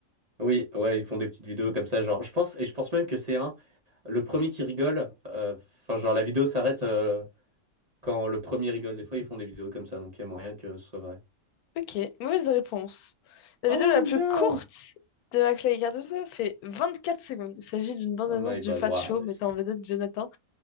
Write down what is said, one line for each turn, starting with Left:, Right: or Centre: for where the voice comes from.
Right: Oui, ouais, ils font des petites vidéos comme ça, genre, je pense, et je pense même que c'est un, le premier qui rigole, euh, enfin, genre, la vidéo s'arrête euh, quand le premier rigole. Des fois, ils font des vidéos comme ça, donc il y a moyen que ce soit vrai.
Left: Ok, mauvaise réponse. La
Right: Oh
Left: vidéo la plus
Right: no!
Left: courte de Maclay et Cardozo fait 24 secondes. Il s'agit d'une bande-annonce
Right: Oh my
Left: du
Right: bad,
Left: Fat
Right: Ouah,
Left: Show
Right: bah,
Left: mettant
Right: c'est-
Left: en vedette Jonathan